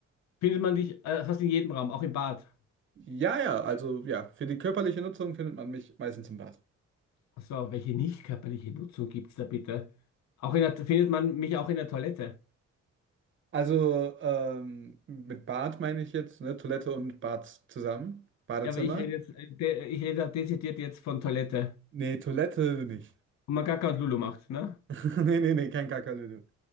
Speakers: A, on the left; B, on the right.
A: findet man dich äh, fast in jedem Raum, auch im Bad.
B: Ja, ja, also ja, für die körperliche Nutzung findet man mich meistens im Bad.
A: Ach So, welche nicht körperliche Nutzung gibt's da bitte? Auch in der, findet man mich auch in der Toilette.
B: Also ähm, mit Bad meine ich jetzt, ne? Toilette und Bad zusammen. Badezimmer.
A: Ja, aber ich rede jetzt, äh, de, ich rede dezidiert jetzt von Toilette.
B: Nee, Toilette nicht.
A: Und man Gaga und Lulu macht, ne?
B: <laughs> Nee, nee, nee, kein Kakerlöwe.